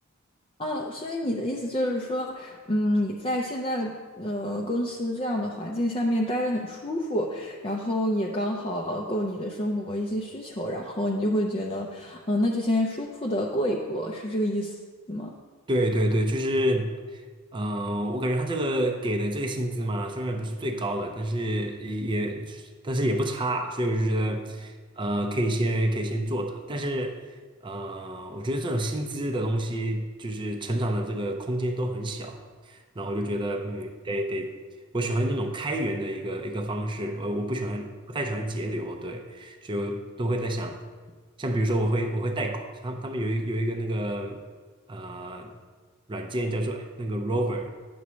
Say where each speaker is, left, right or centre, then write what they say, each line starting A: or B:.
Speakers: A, on the left; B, on the right.
A: 哦，所以你的意思就是说，嗯，你在现在呃公司这样的环境下面待得很舒服，然后也刚好够你的生活一些需求，然后你就会觉得，嗯、那就先舒服的过一过，是这个意思吗？
B: 对对对，就是，嗯、我感觉他这个给的这个薪资嘛，虽然不是最高的，但是也，也但是也不差，所以我就觉得，呃，可以先可以先做着。但是，呃，我觉得这种薪资的东西，就是成长的这个空间都很小，然后我就觉得，嗯，得得，我喜欢那种开源的一个一个方式，我我不喜欢，不太喜欢节流，对。所以我都会在想，像比如说我会我会带狗，像他们有一有一个那个呃软件叫做那个 Rover，